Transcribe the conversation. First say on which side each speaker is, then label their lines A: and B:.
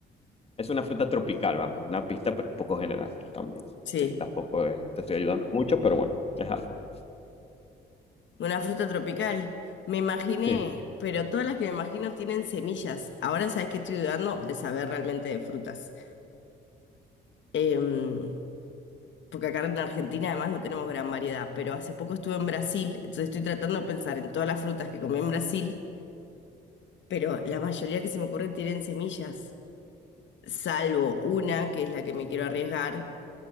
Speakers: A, on the left; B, on the left.
A: Es una fruta tropical, vamos, una pista, pero un poco general también.
B: sí,
A: Sé que tampoco eh, te estoy ayudando mucho, pero bueno, es algo.
B: una fruta tropical. Me imaginé,
A: Sí.
B: pero todas las que me imagino tienen semillas. Ahora sabes que estoy dudando de saber realmente de frutas. Em, porque acá en Argentina además no tenemos gran variedad, pero hace poco estuve en Brasil, entonces estoy tratando de pensar en todas las frutas que comí en Brasil, pero la mayoría que se me ocurre tienen semillas, salvo una que es la que me quiero arriesgar,